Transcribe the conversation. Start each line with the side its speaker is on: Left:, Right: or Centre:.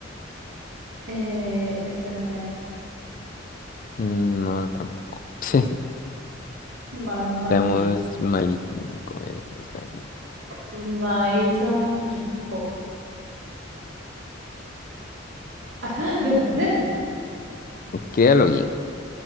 Right: Eh, este no sé.
Left: No, tampoco. <laughs>
Right: Mamma
Left: Estamos
Right: mía.
Left: malísimo con los animes.
Right: Maison y Coco. <laughs> Ah, The Note, The Note.
Left: Créalo bien.